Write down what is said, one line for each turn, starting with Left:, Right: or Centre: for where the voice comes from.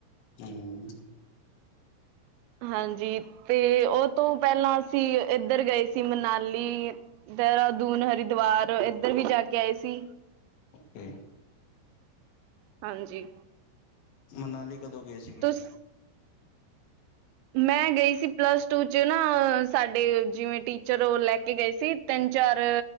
Left: ਹੂੰ
Right: ਹਾਂਜੀ ਤੇ ਉਹ ਤੋਂ ਪਹਿਲਾਂ ਅਸੀਂ ਇੱਧਰ ਗਏ ਸੀ ਮਨਾਲੀ ਦੇਹਰਾਦੂਨ, ਹਰਿਦੁਆਰ ਇੱਧਰ ਵੀ ਜਾ ਕੇ ਆਏ ਸੀ।
Left: ਏ
Right: ਹਾਂਜੀ।
Left: ਮਨਾਲੀ ਕਦੋਂ ਗਏ ਸੀਗੇ?
Right: ਤੁਸ ਮੈਂ ਗਈ ਸੀ ਪਲੱਸ ਟੂ ਚ ਨਾ ਸਾਡੇ ਜਿਵੇਂ ਟੀਚਰ ਓ ਲੈ ਕੇ ਗਏ ਸੀ ਤਿੰਨ-ਚਾਰ